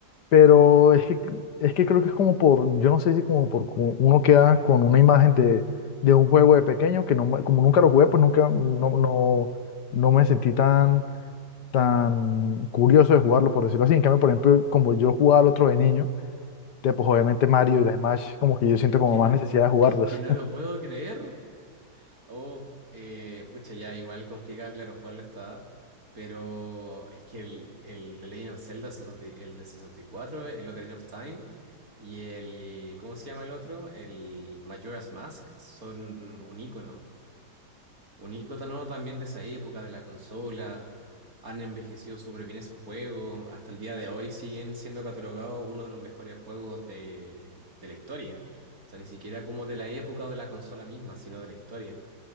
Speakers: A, on the left; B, on the right.
A: pero es que, es que creo que es como por, yo no sé si como por cu- uno queda con una imagen de, de un juego de pequeño que no, me- como nunca lo jugué, pues nunca, no, no, no me sentí tan tan curioso de jugarlo, por decirlo así. En cambio, por ejemplo, como yo jugaba al otro de niño, te- pues obviamente Mario
B: Mm.
A: y la Smash, como que yo siento
B: Es
A: como
B: que
A: más
B: no,
A: necesidad de jugarlos.
B: es que no
A: <laughs>
B: lo puedo creer. Uf, eh, pucha, ya igual complicado, claro, jugarlo está. Pero es que el, el de Legend of Zelda, 60 y- el de 64, el Ocarina of Time y el, ¿cómo se llama el otro? El Majora's Mask son un ícono. Un icono también de esa época, de la consola. Han envejecido súper bien esos juegos. Hasta el día de hoy siguen siendo catalogados uno de los mejores juegos de, de la historia. O sea, ni siquiera como de la época o de la consola misma, sino de la historia.